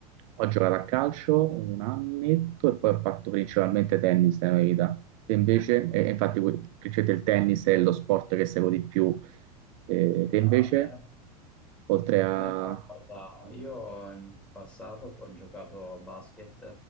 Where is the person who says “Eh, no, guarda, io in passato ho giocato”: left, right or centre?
Centre